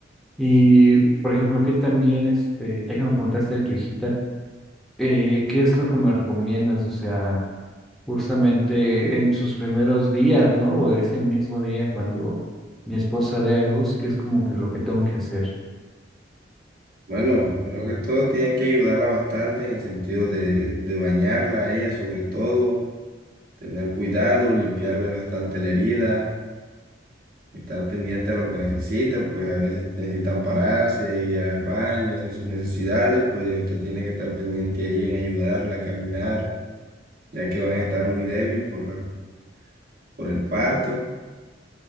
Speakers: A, in the centre; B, on the right.
A: Y, por ejemplo, que también, este, ya que me contaste de tu hijita, eh, ¿qué es lo que me recomiendas? O sea, justamente en sus primeros días, ¿no? O ese mismo día cuando mi esposa dé a luz, ¿qué es como que lo que tengo que hacer?
B: Bueno, primero que todo tiene que ayudarla bastante en el sentido de, de bañarla a ella sobre todo, tener cuidado, limpiarle bastante la herida. estar pendiente a lo que necesitan, pues a veces necesitan pararse, ir al baño, hacer sus necesidades, pues usted tiene que estar pendiente ahí en ayudarla a caminar, ya que van a estar muy débil por la, por el parto